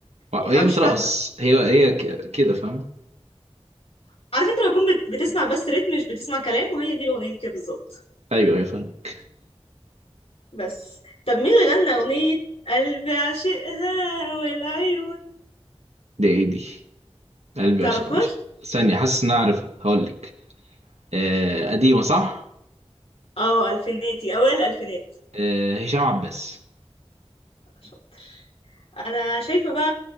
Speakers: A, on the left; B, on the right.
A: يعني
B: هي
A: انا مش
B: بترقص
A: فاهمه
B: هي هي ك- كده فاهم
A: عارف انت لو كنت بت... بتسمع بس رتم مش بتسمع كلام وهي دي الاغنيه دي كده بالظبط
B: ايوه ايوه فاهمك
A: بس طب مين اللي غنى اغنيه قلبي عشقها والعيون
B: ده ايه دي قلبي
A: تعرفهاش
B: عشق مش ثانية حاسس ان انا عارفها هقول لك آه قديمة صح
A: اه الفيناتي اوائل الالفينات
B: آه هشام عباس
A: شاطر. انا شايفه بقى